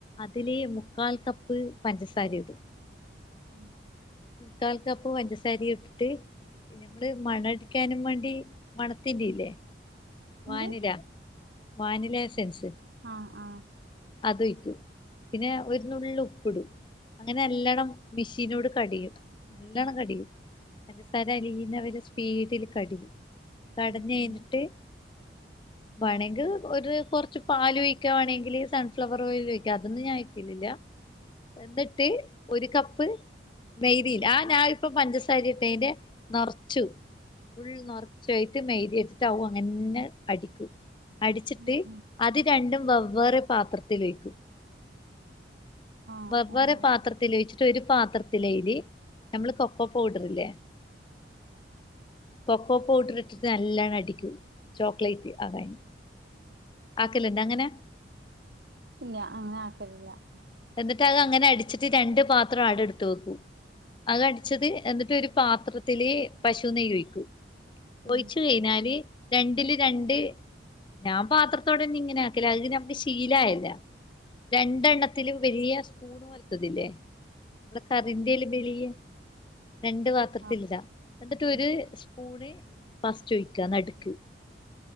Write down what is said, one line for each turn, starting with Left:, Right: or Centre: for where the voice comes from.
Left: അതില് മുക്കാൽ കപ്പ് പഞ്ചസാരയും
Right: ആഹ്
Left: ക്കാല്ക്കപ്പ് പഞ്ചസാരി ഇട്ടിട്ട്. നമ്മള് മണ അടിക്കാനും വേണ്ടി മണത്തിന്റെ ഇല്ലേ? വാനില
Right: എന്ത്
Left: വാനില എസൻസ്.
Right: ആഹ് ആഹ്
Left: അത് ഒഴിക്കു പിന്നെ ഒരു നുള്ള് ഉപ്പിടും- അങ്ങനെ നല്ലോണ്ണം മെഷീനോട് കടയും നല്ലോണ്ണം കടയും. പഞ്ചാര അലീന വരെ സ്പീഡില് കടയും കടഞ്ഞു
Right: ഉം
Left: കഴിഞ്ഞിട്ട്.
Right: ഉം
Left: വാണെങ്കിൽ ഒരു കുറച്ച് പാല് ഒഴിക്കുകവാണെങ്കിൽ ഫ്ലവർ ഓയിൽ ഒഴിക്ക അതൊന്ന് ഞാൻ ഒയിക്കില്ല എന്നിട്ട് ഒരു കപ്പ് മെയ്ദതിയിൽ ആഹ് ഞാനിപ്പ പഞ്ചസാര ഇട്ടേന്റെ നിറച്ചും ഫുൾ നറച്ചും മൈദേയിട്ടിട്ട്‌ അതും അങ്ങനെ നെ അടിക്കും. അടിച്ചിട്ട്
Right: ഉം ഉം
Left: അത് രണ്ടും വെവ്വേറെ പാത്രത്തിൽ വയ്ക്കും.
Right: ആഹ്
Left: വെവേറെ
Right: ആഹ്
Left: പാത്രത്തിൽ വെച്ചിട്ട് ഒരു പാത്രത്തില് നമ്മള് കൊക്കോ പൗഡർ ഇല്ലേ? കൊക്കോ പൗഡർ ഇട്ടിട്ട് നലോണം അടിക്കു ചോക്ലേറ്റ് അതായിന്. ആക്കലുണ്ടങ്ങനെ?
Right: ഇല്ല അങ്ങനെ ആക്കലില്ല-
Left: എന്നിട്ട് അത് അങ്ങനെ അടിച്ചിട്ട് രണ്ട് പാത്രം ആണ്ട് ഇടുത്ത് വെക്കും- അത്ടിച്ചത് എന്നിട്ട് ഒരു പാത്രത്തില് പശു നെയ്യഴിക്കും- ഒഴിച്ച്
Right: ഉം
Left: കഴിഞ്ഞാല്- രണ്ടില് രണ്ട് ഞാൻ പാത്രത്തോടെന്ന ഇങ്ങനെ ആക്കലാ ആഹ് നമ്മുക്ക് ശീലയല്ലോ? രണ്ടെണ്ണം ഇത്തിലും വെലിയ സ്പൂ ണോലത്തതില്ലേ നമ്മള് കറിന്റെൽ വെലിയ രണ്ട് പാത്രത്തിട
Right: ആഹ്
Left: എന്നിട്ട് ഒരു
Right: ഉം
Left: സ്പൂണ് ഫസ്റ്റ്‌ട്ടൊഴിക്കുക നടുക്ക്